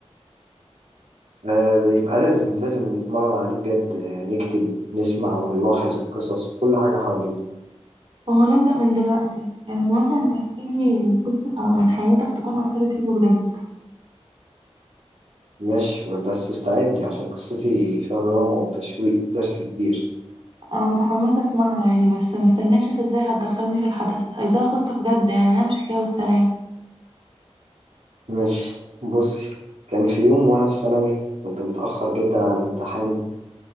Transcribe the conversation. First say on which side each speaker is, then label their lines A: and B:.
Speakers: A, on the right; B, on the right.
A: آه، يبقى لازم لازم نتمرن عليه بجد آه، نكتب نسمع ونلاحظ القصص وكل حاجة حوالينا
B: وهو نبدأ من دلوقتي يعني مثلا احكيلي قصة من حياتك تكون أثرت فيك بجد
A: ماشي بس استعدي عشان قصتي فيها دراما وتشويق درس كبير
B: أنا متحمسة أسمعها يعني بس مستنية أشوف إزاي هتدخلني في الحدث عايزاها قصة بجد يعني ها مش حكاية والسلام
A: ماشي بصي كان في يوم وأنا في ثانوي كنت متأخر جدا على الامتحان